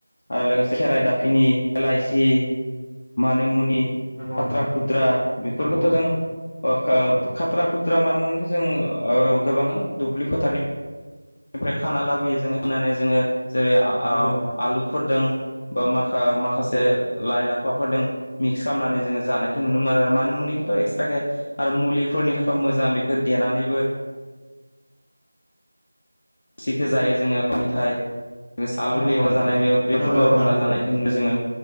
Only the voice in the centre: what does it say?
नंगौ
नोंथां
नंगौ
नंगौ
नंगौ नोंथां
नंगौ
नोंथां
नंगौ नोंथां
नंगौ